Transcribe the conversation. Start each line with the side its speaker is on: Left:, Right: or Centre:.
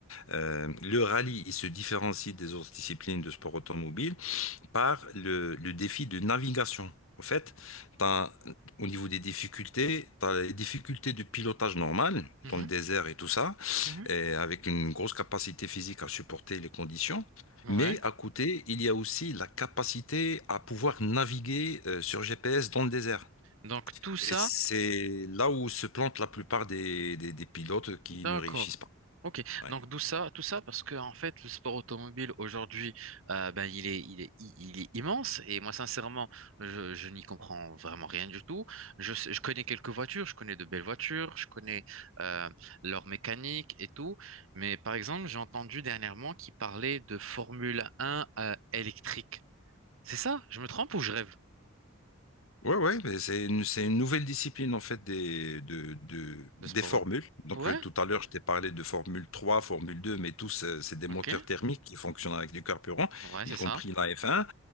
Left: euh, le rallye, il se différencie des autres disciplines de sport automobile par le, le défi de navigation. En fait, t'as- au niveau des difficultés, tu as les difficultés de pilotage normal
Right: Mhm,
Left: dans le désert et tout ça,
Right: mhm.
Left: et avec une grosse capacité physique à supporter les conditions.
Right: Ouais.
Left: Mais à côté, il y a aussi la capacité à pouvoir naviguer euh, sur GPS dans le désert.
Right: Donc, tout ça.
Left: Et c'est là où se plantent la plupart des, des des pilotes qui
Right: D'accord.
Left: ne réussissent pas.
Right: Ok.
Left: Ouais.
Right: Donc d'où ça, tout ça parce que en fait le sport automobile aujourd'hui, euh, ben il est, il est, il est immense et moi sincèrement, je, je n'y comprends vraiment rien du tout. Je, sais- je connais quelques voitures, je connais de belles voitures, je connais euh, leur mécanique et tout, mais par exemple j'ai entendu dernièrement qu'ils parlaient de Formule un euh, électrique. C'est ça? Je me trompe ou je rêve
Left: Ouais, ouais, mais c'est une, c'est une nouvelle discipline en fait des, de, de- des
Right: de sport
Left: formules.
Right: auto?
Left: Donc
Right: Ouais.
Left: euh, tout à l'heure, je t'ai parlé de Formule trois, Formule deux, mais tous, euh, c'est des
Right: Ok.
Left: moteurs thermiques qui fonctionnent avec du carburant,
Right: Ouais,
Left: y
Right: c'est
Left: compris
Right: ça.
Left: la f un.